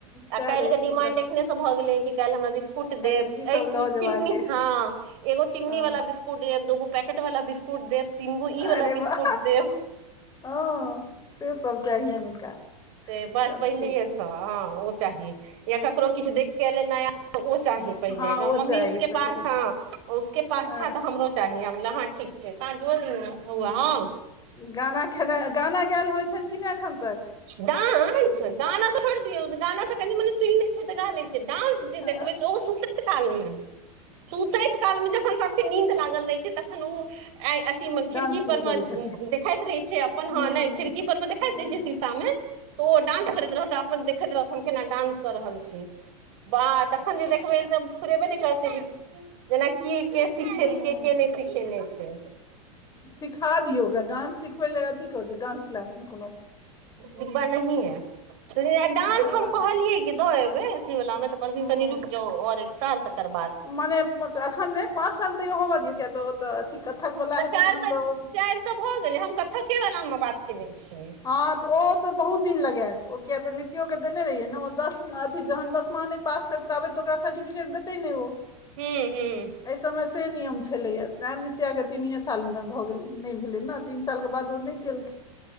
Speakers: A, on the right; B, on the left.
A: आ
B: सएह
A: काल्हि
B: रहै
A: के डिमांड
B: छै ओकरा
A: एखने से भऽ गेलैह कि काल्हि हमरा बिस्कुट
B: काल्हि
A: देब अई
B: सब
A: की
B: लऽ जेबाक
A: चिन्नी
B: अइ
A: हाॅं, एगो चिन्नी
B: हँ
A: वाला बिस्कुट देब दोगो पैकेट वाला बिस्कुट देब तीनगो ई वला
B: अरे
A: बिस्कुट
B: वाह
A: देब
B: हँ हॅं से सब चाहियनि हुनका
A: ते बस
B: सब
A: पहिलेये
B: चीज
A: स हँ ओ चाही या ककरो किछ देख के एले नया त ओ चाही पहिले
B: हँ
A: मम्मी
B: ओ चाही
A: उसके
B: पहिले
A: पास हँ, उसके पास
B: हँ
A: हं तऽ हमरो चाही हम कहलियै हँ ठीक छै साँझो दिन ने ह उ
B: गाना खेनाइ गाना गेयल होइ छनि कि नय एखन तक
A: डांस गाना तऽ छोड़ि दियौ गाना तऽ कनि मनि सुनि लै छै तऽ गा लै डांस
B: अहाँ
A: जे देखबै से ओ सुतति काल मे सुतति काल मे जखन सबके नींद लागल रहै छै तखन उ की म खिड़की
B: डांस शुरू
A: पर मे
B: करै छथिन
A: देखाइत रहै छै अपन
B: हूँ
A: हँ, नय खिड़की पर मे देखाइत
B: हूँ
A: रहै छै शीशा मे तो ओ डांस करति रहौ त अपन देखति रहथुन केना डांस क रहल छै बाह तखन जे देखबै तऽ फुरेबे नय करतै जेनाकि के सिखेलकै
B: हूँ
A: के नय सिखेने छै
B: सिखा दियौ ओकरा डांस सिखबै लेल अथी कऽ दियौ डांस क्लास मे कोनो
A: डिब्बा नहि यै डांस
B: हँ
A: हम कहलियै कि दऽ एबै अथी वला मे तऽ क
B: हूँ
A: कनी रुकि जाउ और एक साल तकर बाद
B: मने अखन नय पाँच साल तैयो होबऽ दियौ किया तऽ ओ तऽ अथी कत्थक वला
A: तऽ
B: हेतै
A: चारि
B: तहन तऽ ओ
A: चारि तऽ भऽ गेलै हम कत्थके वला मे बात केने छियै
B: हँ तऽ ओहो तऽ बहुत दिन लगेऽत ओ किया तऽ निथियो के देने रहिये ने ओ दस अथी जहन दसमा नय पास कर ताबे तो ओकरा सर्टफिकेट देतै नय ओ
A: हूँ हूँ
B: अइ समे से नियम छलैया तैं नित्थया के तीनिये साल मे भऽ गेल नय भेलै न तीन साल के बाद ओ नय केलखिन